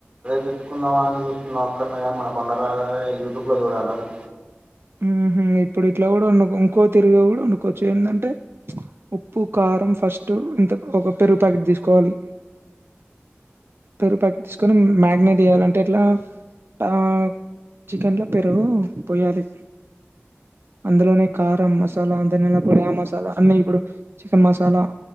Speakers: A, on the right; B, on the right.
A: తెచ్చుకున్నావా అని చూస్తున్నా ఒక్కన్నే గని మనకు వండరాదాయే యూట్యూబ్ లో చూడాలి దాన్ని
B: ఉ హ్మ్ ఇప్పుడు ఇట్లా వండు, ఇంకో తీరాగా కూడా వండుకోవొచ్చు. ఉప్పు కారం ఫస్ట్ ఇంత ఒక పెరుగు ప్యాకెట్ తీసుకోవాలి. పెరుగు ప్యాకెట్ తీస్ ఇక్కడ మ్యాగ్నెట్ చేయాలంటే ఎట్లా ఆ చికెన్ లో పెరుగు పోయాలి. అందులోనే కారం, మస్ మసాలా ఆ దానియాల పొడి, ఆ మసాలా అన్నీ ఇప్పుడు చికెన్ మసాలా